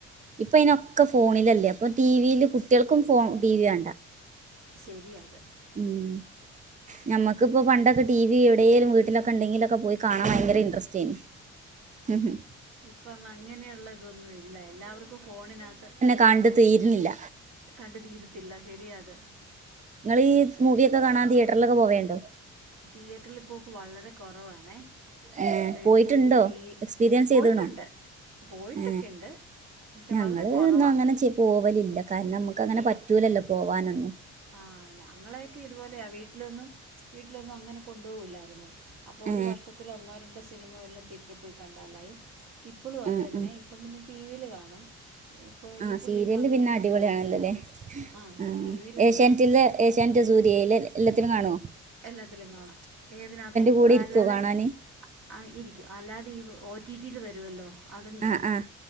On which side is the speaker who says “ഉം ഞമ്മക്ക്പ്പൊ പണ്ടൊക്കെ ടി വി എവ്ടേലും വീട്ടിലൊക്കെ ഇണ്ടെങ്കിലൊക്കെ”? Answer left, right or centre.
Right